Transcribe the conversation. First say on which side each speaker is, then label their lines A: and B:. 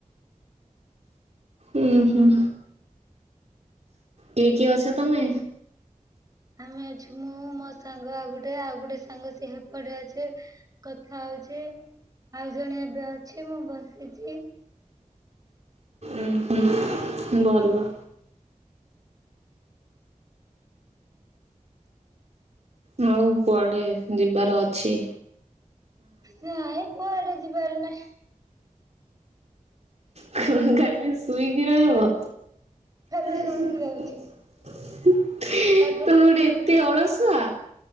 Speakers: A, on the right; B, on the right.
A: ଉଁ ହୁଁ। କିଏ କି ଅଛ ତମେ?
B: ଆମେ ଅଛୁ ମୁଁ ମୋ ସାଙ୍ଗ ଆଉ ଗୋଟେ ଆଉ ଗୋଟେ ସାଙ୍ଗ ସେ ହେପଟେ ଅଛି। କଥା ହଉଚି, ଆଉ ଜଣେ ଏବେ ଅଛି ମୁଁ ବସିଚି।
A: ଉଁ ହୁଁ। ଭଲ। ହଁ କୁଆଡେ ଯିବାର ଅଛି?
B: ନା ଏଇ କୁଆଡେ ଯିବାର ନାଈ।
A: କଣ ଖାଲି ସୁଇକି ରହିବ?
B: ଖାଲି
A: ତମ
B: ଶୋଇକି ରହୁଛି ପାଠ
A: ଗୋଟେ ଏତେ ଅଳସୁଆ?